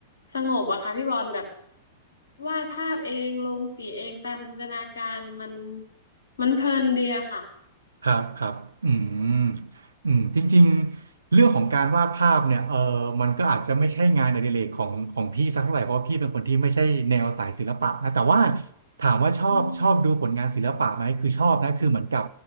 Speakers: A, on the left (about 70°); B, on the right (about 75°).
A: สงบอะค่ะพี่บอลแบบวาดภาพเองลงสีเองตามจินตนาการมันมันเพลินดีอะค่ะ
B: ครับครับอืมอืมจริงๆเรื่องของการวาดภาพเนี่ยเออมันก็อาจจะไม่ใช่งานอดิเรกของของพี่สักเท่าไหร่เพราะว่าพี่เป็นคนที่ไม่ใช่แนวสายศิลปะนะแต่ว่าถามว่าชอบชอบดูผลงานศิลปะไหมคือชอบนะคือเหมือนกับ
A: อืม